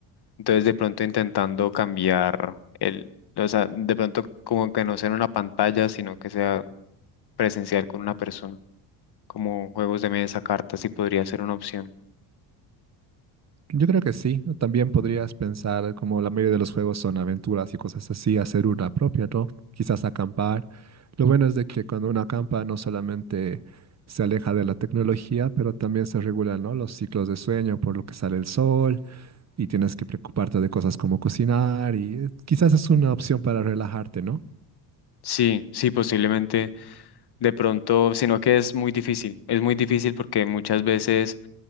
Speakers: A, on the left (about 50°); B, on the right (about 30°).
A: Entonces, de pronto intentando cambiar el, o sea, de pronto como que no sea en una pantalla, sino que sea presencial con una persona, como juegos de mesa, cartas, sí podría ser una opción.
B: Yo creo que sí. También podrías pensar, como la mayoría de los juegos son aventuras y cosas así, hacer una propia, ¿no? Quizás acampar. Lo bueno es de que cuando uno acampa no solamente se aleja de la tecnología, pero también se regulan, ¿no? Los ciclos de sueño por lo que sale el sol y tienes que preocuparte de cosas como cocinar y eh, quizás es una opción para relajarte, ¿no?
A: Sí, sí, posiblemente de pronto, sino que es muy difícil, es muy difícil porque muchas veces